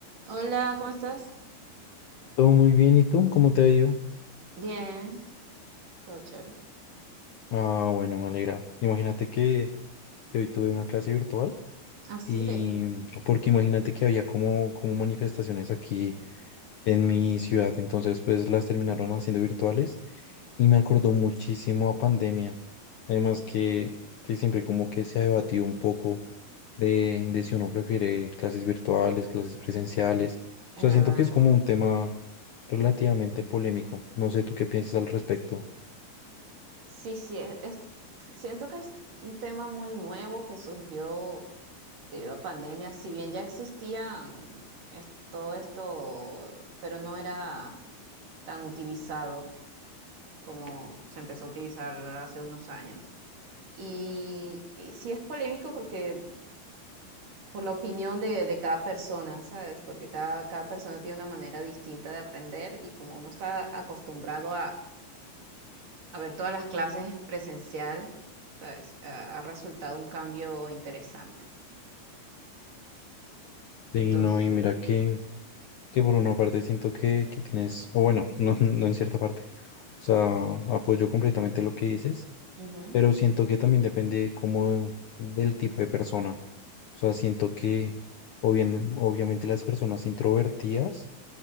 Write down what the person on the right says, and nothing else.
Hola, ¿cómo estás?
Bien, todo chévere.
Así
de,
es
verdad.
Sí, sí, es, es- siento que es un tema muy nuevo que surgió debido a pandemia, si bien ya existían es- todo esto, pero no era tan utilizado como se empezó a utilizar hace unos años. Y, y sí es polémico porque por la opinión de, de cada persona, ¿sabes? Porque cada, cada persona tiene una manera distinta de aprender y como uno está acostumbrado a a ver todas las clases presencial, pues, ha ha resultado un cambio interesante.
Entonces,
ujú,